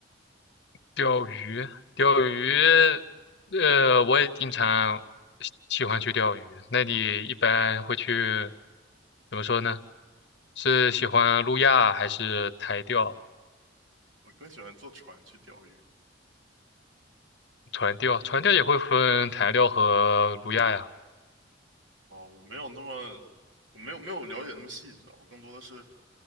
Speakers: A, on the left; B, on the right.
A: 钓鱼，钓鱼，呃，我也经常喜喜欢去钓鱼。那你一般会去，怎么说呢？是喜欢路亚还是台钓、
B: 我更喜欢坐船去钓鱼。
A: 船钓？船钓也会分台钓和路亚呀。
B: 哦，我没有那么，我没有没有了解那么细致啊，我更多的是，